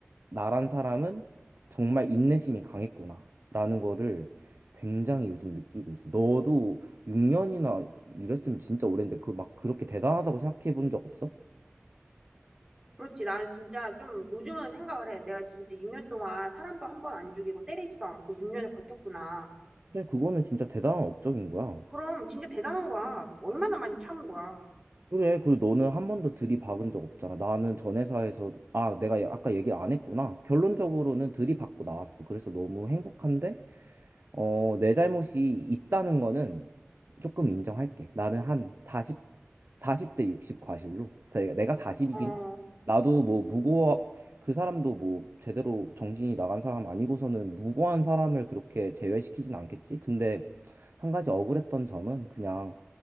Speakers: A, on the right (about 55°); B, on the right (about 15°).
A: 나란 사람은 정말 인내심이 강했구나. 라는 거를 굉장히 요즘 느끼고 있어. 너도 6년이나 일했으면 진짜 오랜데 그 막 그렇게 대단하다고 생각해 본 적 없어?
B: 그렇지. 난 진짜 좀 요즘은 생각을 해. 내가 진짜 6년 동안 사람도 한 번 안 죽이고 때리지도 않고 6년을 버텼구나.
A: 그래, 그거는 진짜 대단한 업적인 거야.
B: 그럼 진짜 대단한 거야. 얼마나 많이 참은 거야.
A: 그래, 그리고 너는 한 번도 들이박은 적 없잖아. 나는 전 회사에서, 아, 내가 야- 아까 얘기를 안 했구나. 결론적으로는 들이박고 나왔어. 그래서 너무 행복한데, 어, 내 잘못이 있다는 거는 조금 인정할게. 나는 한 40, 사십 대60 과실로. 내가 내가 40이긴
B: 어, 어.
A: 했어. 나도 뭐 무고한, 그 사람도 뭐 제대로 정신이 나간 사람 아니고서는 무고한 사람을 그렇게 제외시키진 않겠지? 근데 한 가지 억울했던 점은 그냥